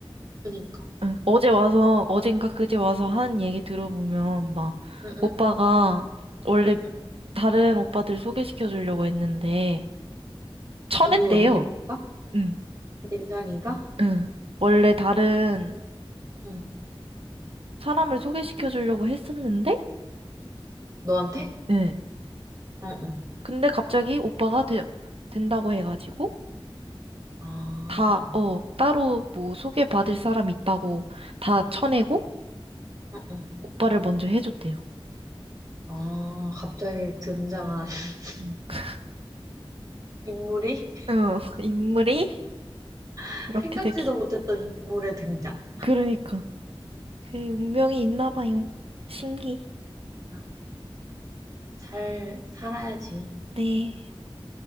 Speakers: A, on the right; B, on the right.
A: 그니까.
B: 응, 어제 와서, 어젠가 그제 와서 한 얘기 들어보면, 막,
A: 응, 응,
B: 오빠가 원래
A: 응.
B: 다른 오빠들 소개시켜 주려고 했는데, 쳐냈대요.
A: 누가, 민상이가?
B: 응,
A: 민상이가?
B: 응. 원래 다른
A: 응.
B: 사람을 소개시켜 주려고 했었는데,
A: 너한테?
B: 응
A: 응, 응.
B: 근데 갑자기 오빠가 되, 된다고 해가지고,
A: 아,
B: 다, 어, 따로 뭐 소개받을 사람 있다고 다 쳐내고,
A: 응, 응.
B: 오빠를 먼저 해줬대요.
A: 아, 갑자기 등장한 <laughs>
B: 응
A: 인물이
B: 어, <laughs> 인물이
A: <laughs>
B: 그렇게
A: 생각지도
B: 되기.
A: 못했던 인물의 등장.
B: 그러니까. 그 운명이 있나 봐요. 신기.
A: 아, 잘 살아야지.
B: 네.